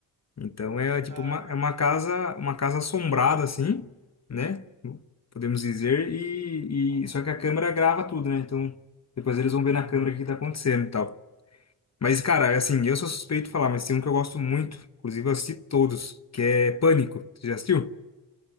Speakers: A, on the left (about 40°); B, on the right (about 55°).
A: Então é tipo
B: Caramba,
A: uma, é uma casa,
B: velho.
A: uma casa assombrada assim, né? Podemos dizer, e,
B: Aham.
A: e só que a câmera grava tudo, né? Então depois eles vão ver na câmera o que tá acontecendo e tal. Mas, cara, assim, eu sou suspeito de falar, mas tem um que eu gosto muito, inclusive eu assisti todos, que é Pânico. Você já assistiu?